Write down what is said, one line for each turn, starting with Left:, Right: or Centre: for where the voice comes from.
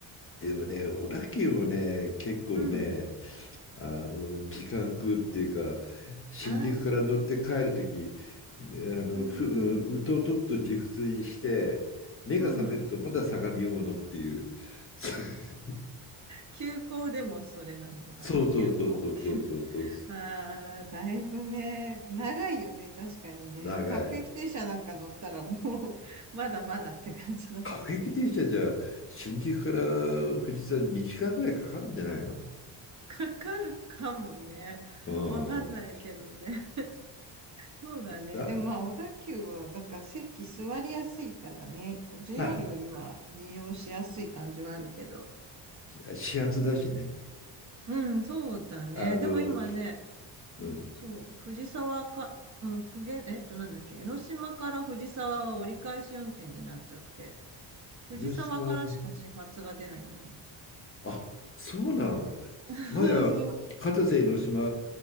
Left: でもね、小田急もね、結構ね、
Right: うん。
Left: あの、時間食うっていうか、新宿から乗って帰るとき、
Right: ああ
Left: あの、
Right: うん、
Left: ふ、うとうとっと熟睡して、目が覚めるとまだ相模大野っていう、
Right: うん。
Left: <laughs>
Right: 休校でもそれなのかな休校
Left: そうそうそうそうそうそうそう、
Right: ああー、だいぶね、長いよね、確かにね。
Left: 長い。
Right: 各駅停車なんか乗ったらもう、<laughs> まだまだって感じだもんね。
Left: 各駅停車じゃ、新宿から富士山2時間ぐらいかかるんじゃないの
Right: かかるかもね。
Left: うん。
Right: わかんないけどね。そうだね。
Left: だ、
Right: でもまあ、小田急はなんか席座りやすいからね。JR
Left: ま
Right: よりは利用しやすい感じはあるけど。
Left: あ、始発だしね。
Right: うん、そうだね。
Left: あの、
Right: でも今ね、
Left: うん。
Right: そう、藤沢か、あの、くげ、えっと、なんだっけ、江ノ島から藤沢は折り返し運転になっちゃって、藤沢からしか始発が出ないんだよね。
Left: 江ノ島、あ、そうなの。
Right: <laughs> そうそうそう。
Left: 前は片瀬の島